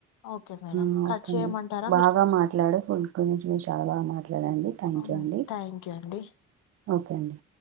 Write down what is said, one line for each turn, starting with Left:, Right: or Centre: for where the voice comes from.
Left: Okay madam
Right: ah okay
Left: cut చేయమంటారా
Right: అండి. బాగా
Left: మీరు కట్ చేస్
Right: మాట్లాడు ఫుడ్ గురించి చాలా మాట్లాడండి. థ్యాంక్
Left: హ్మ్.
Right: యూ అండి.
Left: థ్యాంక్ యూ అండి
Right: ఓకె అండి